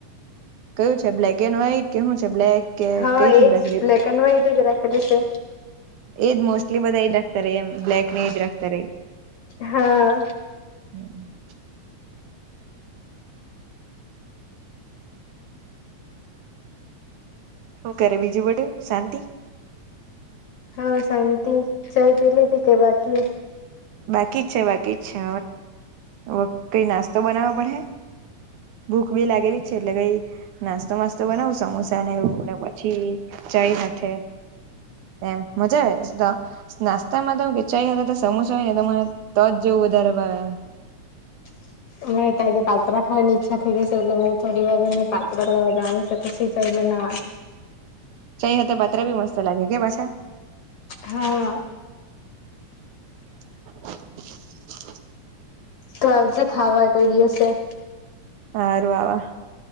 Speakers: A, on the right; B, on the left.
A: કયું છે બ્લેક કે વ્હાઇટ, કે શું છે? બ્લેક કે
B: હા
A: કોઈ થીમ
B: એજ
A: રાખેલી?
B: બ્લેક એન્ડ વ્હાઈટ જ રાખેલી છે.
A: એ જ, મોસ્ટલી બધા એ જ રાખતા. એમ, બ્લેક ને એ જ રાખતા.
B: હા
A: હમ. શું કરે? બીજું વડું શાંતિ.
B: હા, શાંતિ. ચા પી લીધી કે બાકી છે?
A: બાકી જ છે, બાકી જ છે. હવે કંઈ નાસ્તો બનાવવો પડે. ભૂખ પણ લાગેલી છે, એટલે કંઈ નાસ્તો-માસ્તો બનાવું. સમોસા ને એવું, ને પછી. કંઈ હાથે? એમ મજા આવે નાસ્તામાં તો. હા, ખીચાઈ હોય તો સમોસા હોય ને, તો જ જેવું. બહુ વધારે ભાવ, એમ.
B: <inaudible> એમ તો જે પાત્ર ખાવાની ઈચ્છા થઈ, એટલે થોડી ભાવે ને પાત્ર લઈ દે. ખુશ થઈ બનાવે.
A: ચા થઈ હતી. પાત્ર પણ મસ્ત લાગે, કે પાછા...
B: હા.
A: <inaudible>
B: તો આખું ખાવા કરી દેશે.
A: હા, રહેવા.